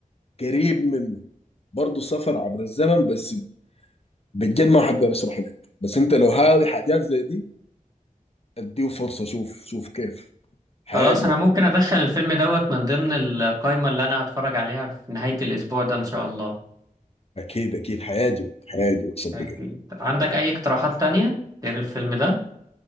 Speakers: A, on the left; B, on the right.
A: قريب منه برضه سفر عبر الزمن بس بجد ما حقدر اشرح لك بس انت لو هاوي حاجات زي دي اديه فرصه شوف شوف كيف حيعجبك
B: خلاص انا ممكن ادخل الفيلم دوت من ضمن القائمة اللي انا هتفرج عليها في نهاية الاسبوع ده ان شاء الله
A: اكيد اكيد حيعجبك حيعجبك صدقني
B: اكيد عندك اي اقتراحات تانية غير الفيلم ده